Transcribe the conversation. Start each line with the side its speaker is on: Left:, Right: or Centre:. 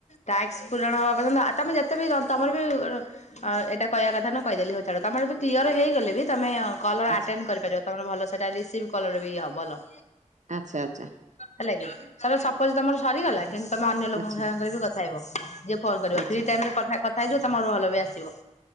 Left: ଟାକ୍ସ ପୂରଣ ହବା ପର୍ଯ୍ୟନ୍ତ ତମେ ଯେତେ ବି ତମର ବି ଏଇଟା କହିବା କ କହିଦେଲି ହୋଉ ଛାଡ ତମର ବି କ୍ଲିୟର ହେଇଗଲେ ବି ତମେ କଲ୍ ର
Right: ଆଚ୍ଛା।
Left: ଆଟେଣ୍ଡ କରିପାରିବ। ତୁମର ଭଲ ସେଇଟା ରିସିଭ୍ କଲର ବି ଇଏ ହେ ଭଲ
Right: ଆଚ୍ଛା ଆଚ୍ଛା।
Left: ହେଲା କି ଥରେ ସପୋଜ ତମର ସରିଗଲା କିନ୍ତୁ ତମେ ଅନ୍ୟ ଲୋକଙ୍କ
Right: ଆଚ୍ଛା
Left: ସାଙ୍ଗରେ ବି କଥା ହେବ। ଯିଏ କଲ୍ କରିବ
Right: ଆଚ୍ଛା
Left: ଫ୍ରି ଟାଇମ ରେ ତମେ କଥା ହେଇଯିବ ତମର ଭଲ ବି ଆସିବ।